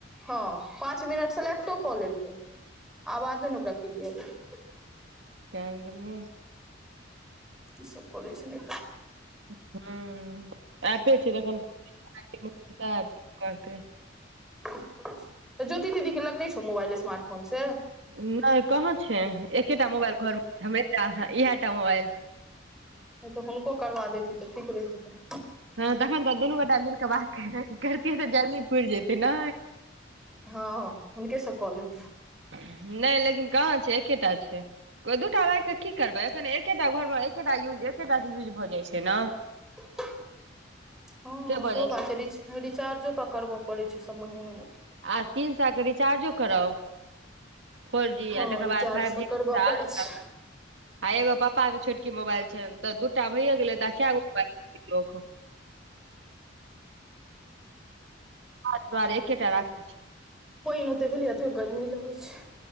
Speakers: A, in the centre; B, on the right (about 65°).
A: हँ पाँच मिनट सेलेक्टो कऽ लेलकै आवाजे ने ओकरा क्लियर एलै।
B: गेले
A: कीसभ करै छै ने
B: ह ऐपे छै
A: तऽ ज्योति दीदी के लग नहि छौ मोबाइल स्मार्ट फोन से।
B: नहि कहाँ छै एकेटा मोबाइल घर मे इहटा मोबाइल।
A: नहि तऽ हुनको करबा देथि तऽ ठीक रहित तै।
B: हँ तखन तऽ दुनू गोटा मिल कऽ बात करतियै तऽ जल्दी पूरि जतै ने
A: हँ हुनके सभ कॉल होयत ह
B: नहि लेकिन कहाँ छै एकेटा छै। दूटा राखिकऽ की करबै एखनि एकेटा घर मे एकेटा यूज एकेटा यूज भऽ जाइ छै ने
A: <inaudible> हँ
B: से भऽ
A: सेहो
B: जाइ
A: बात छै रिचार्जो तऽ करबय पड़ैत छै सभ महीने महिन।
B: आ तीन साकरी चारजो करै फोर जी
A: हँ
B: आ तकर
A: रिचार्ज
B: बाद फाइव
A: तऽ
B: जी
A: करबऽ पड़ै
B: आर।
A: छै
B: आ एगो प्पा के छोटकी मोबाइल छै तऽ दूटा भैए गेले त आ क गो मोबाइल हर दुआर एकेटा राखै छी।
A: पानन ओते भेली एतेक गर्मी लगै छै।